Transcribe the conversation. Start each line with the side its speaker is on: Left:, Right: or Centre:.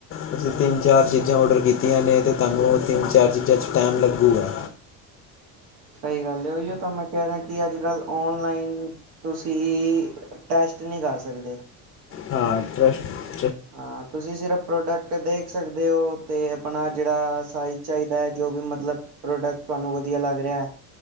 Left: ਤੁਸੀਂ ਤਿੰਨ ਚਾਰ ਚੀਜ਼ਾਂ ਔਡਰ ਕੀਤੀਆਂ ਨੇ ਤੇ ਤਾਨੂੰ ਓ ਤਿੰਨ ਚਾਰ ਚੀਜ਼ਾਂ ਚ ਟੈਮ ਲੱਗੂਗਾ।
Right: ਸਈ ਗੱਲ ਐ ਓਈਓ ਤਾਂ ਮੈਂ ਕੈ ਰਿਆਂ ਕੇ ਅੱਜ-ਕੱਲ ਔਨਲਾਈਨ ਤੁਸੀਂ ਟਰੱਸਟ ਨੀ ਕਰ ਸਕਦੇ।
Left: ਹਾਂ ਟਰੱਸਟ
Right: ਹਾਂ ਤੁਸੀਂ ਸਿਰਫ ਪ੍ਰੋਡਕਟ ਦੇਖ ਸਕਦੇ ਓ ਤੇ ਆਪਨਾ ਜੇੜਾ ਸਾਈਜ਼ ਚਾਈਦਾ ਜੋ ਵੀ ਮਤਲਬ ਪ੍ਰੋਡਕਟ ਤਆਨੂੰ ਵਦੀਆ ਲੱਗ ਰਿਆ